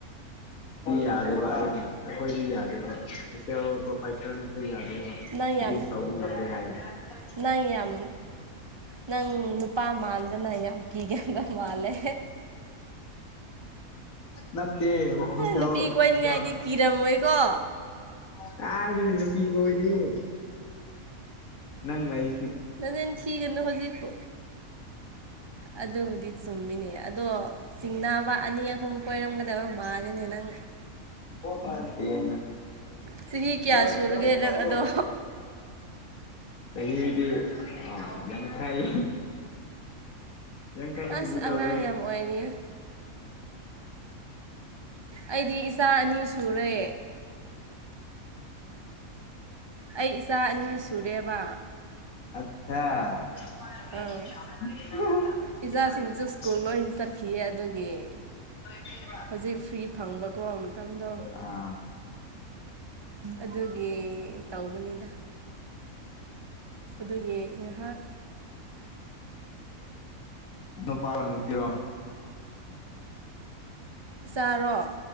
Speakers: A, on the left; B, on the right.
A: ꯌꯥꯗꯦꯕ ꯑꯩ ꯑꯩꯈꯣꯏꯗꯤ ꯌꯥꯗꯦꯕ ꯁꯣꯁꯤꯌꯣ ꯄ꯭ꯔꯣꯄꯥꯢꯇꯔꯅꯁꯨ ꯌꯥꯗꯦꯕ
B: ꯅꯪ ꯌꯥꯝ
A: <unintelligible>
B: ꯅꯪ ꯌꯥꯝ ꯅꯪ ꯅꯨꯄꯥ ꯃꯥꯟꯗꯅ ꯌꯥꯝ ꯀꯤꯒꯟꯕ ꯃꯥꯜꯂꯦ꯫
A: ꯅꯠꯇꯦ ꯍꫭꯁꯇꯦꯜꯗ
B: ꯅꯨꯄꯤ ꯀꯣꯏꯅꯤꯡꯉꯥꯏꯗꯤ ꯀꯤꯔꯝꯃꯣꯏꯀꯣ
A: ꯀꯥꯏꯗꯒꯤ ꯅꯨꯄꯤ ꯀꫭꯏꯗꯦꯍꯦ꯫ ꯅꯪ ꯂꯩ
B: ꯅꯆꯤꯟ ꯊꯤꯒꯅꯨ ꯍꯧꯖꯤꯛꯄꯨ ꯑꯗꯨꯕꯨꯗꯤ ꯆꯨꯝꯃꯤꯅꯦ ꯑꯗꯣ ꯆꯤꯡꯅꯥꯕ ꯑꯅꯤ ꯑꯍꯨꯝ ꯀꯣꯏꯔꯝꯒꯗꯕ ꯃꯥꯜꯂꯤꯅꯦ ꯅꯪ
A: <unintelligible>
B: ꯆꯤꯍꯤ ꯀꯌꯥ
A: ꯅꯠꯇꯦ
B: ꯁꯨꯔꯒꯦ ꯅꯪ ꯑꯗꯣ
A: ꯆꯍꯤꯗꯤ ꯑ ꯌꯥꯝꯡꯈꯩ ꯌꯥꯡꯈꯩ
B: ꯑꯁ
A: ꯆꯨꯒꯗꯧꯔꯦ
B: ꯑꯉꯥꯡ ꯌꯥꯝ ꯑꯣꯏꯔꯤ ꯑꯩꯗꯤ ꯏꯆꯥ ꯑꯅꯤ ꯁꯨꯔꯦ ꯑꯩ ꯏꯆꯥ ꯑꯅꯤ ꯁꯨꯔꯦꯕ
A: <unintelligible>
B: ꯑꯪ ꯏꯆꯥꯁꯤꯡꯁꯨ ꯁ꯭ꯀꯨꯜ ꯂꯣꯏ ꯆꯠꯈꯤꯌꯦ ꯑꯗꯨꯒꯤ
A: <unintelligible>
B: ꯍꯧꯖꯤꯛ ꯐ꯭ꯔꯤ ꯐꯪꯕꯀꯣ ꯃꯇꯝꯗꯣ
A: ꯑꯥ
B: ꯑꯗꯨ ꯒꯤ ꯇꯧꯎꯕꯅꯤꯗ ꯑꯗꯨꯒꯤ ꯉꯍꯥꯛ
A: ꯅꯨꯄꯥꯥꯔꯣ ꯅꯨꯄꯤꯔꯣ
B: ꯆꯥꯔꯣ